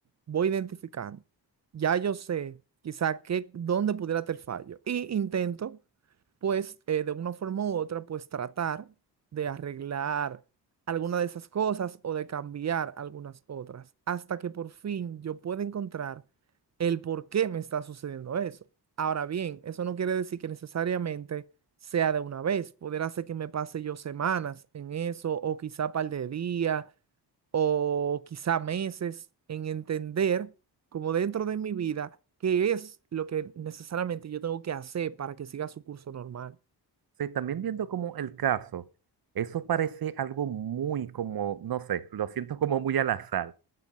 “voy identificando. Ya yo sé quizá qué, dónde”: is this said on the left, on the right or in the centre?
Right